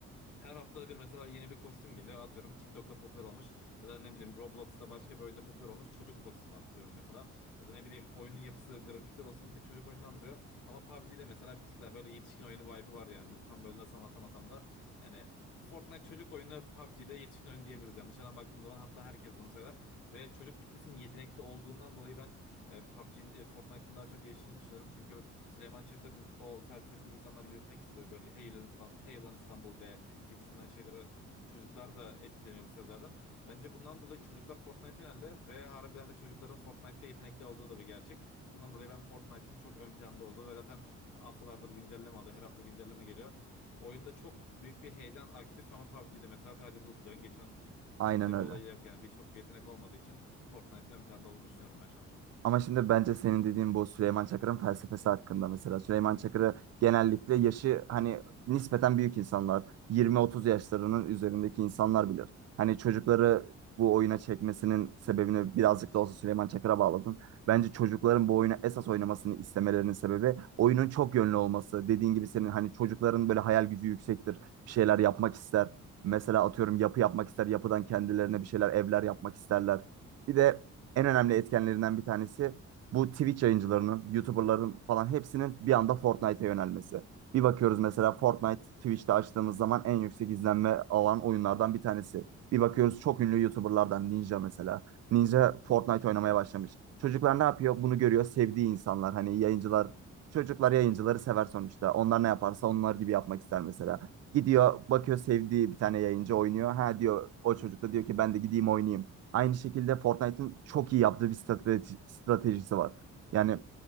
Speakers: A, on the left; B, on the right.
A: her haftada bir mesela yeni bir kostüm geliyor. Atıyorum TikTok'ta popüler olmuş ya da ne bileyim Roblox'ta başka bir oyunda popüler olmuş çocuk kostümü atıyorum mesela. Ya da ne bileyim oyunun yapısı, grafikler olsun bir tık çocuk oyununu andırıyor. Ama PUBG'de mesela bir tık daha böyle yetişkin oyunu vibe'ı var yani. Tam böyle nasıl anlatamasam da yani Fortnite çocuk oyunu PUBG'de yetişkin oyunu diyebiliriz. Yani dışarıdan baktığım zaman hatta herkes bunu söyler. Ve çocuk kitlesinin yetenekli olduğundan dolayı ben e, PUBG, e, Fortnite'ın daha çok geliştiğini düşünüyorum. Çünkü Süleyman Çakır'ın o felsefesini insanlar yürütmek istiyor. Böyle hey ulan İstanbul, hey ulan İstanbul be gibisinden şeylere çocuklar da etkileniyor bu sözlerden. Bence bundan dolayı çocuklar Fortnite yöneldi ve harbiden de çocukların Fortnite'da yetenekli olduğu da bir gerçek. Bundan dolayı ben Fortnite'ın çok ön planda olduğu ve zaten haftalardır güncelleme alıyor. Her hafta güncelleme geliyor. Oyunda çok büyük bir heyecan aktif ama PUBG'de mesela sadece lootluyorsun, geçiyorsun. Yani
B: Aynen
A: çok da
B: öyle.
A: bir olayı yok yani bir çok bir yetenek olmadığı için Fortnite'ın ön planda olduğunu düşünüyorum ben şahsen.
B: Ama şimdi bence senin dediğin bu Süleyman Çakır'ın felsefesi hakkında mesela. Süleyman Çakır'ı genellikle yaşı hani nispeten büyük insanlar, 20-30 yaşlarının üzerindeki insanlar bilir. Hani çocukları bu oyuna çekmesinin sebebini birazcık da olsa Süleyman Çakır'a bağladım. Bence çocukların bu oyunu esas oynamasını istemelerinin sebebi oyunun çok yönlü olması. Dediğin gibi senin hani çocukların böyle hayal gücü yüksektir, bir şeyler yapmak ister. Mesela atıyorum yapı yapmak ister, yapıdan kendilerine bir şeyler, evler yapmak isterler. Bir de en önemli etkenlerinden bir tanesi bu Twitch yayıncılarının, YouTuber'ların falan hepsinin bir anda Fortnite'a yönelmesi. Bir bakıyoruz mesela Fortnite Twitch'te açtığımız zaman en yüksek izlenme alan oyunlardan bir tanesi. Bir bakıyoruz çok ünlü YouTuber'lardan Ninja mesela. Ninja Fortnite oynamaya başlamış. Çocuklar ne yapıyor? Bunu görüyor sevdiği insanlar. Hani yayıncılar, çocuklar yayıncıları sever sonuçta. Onlar ne yaparsa onlar gibi yapmak ister mesela. Gidiyor bakıyor sevdiği bir tane yayıncı oynuyor. Ha diyor o çocuk da diyor ki ben de gideyim oynayayım. Aynı şekilde Fortnite'ın çok iyi yaptığı bir strateji, stratejisi var. Yani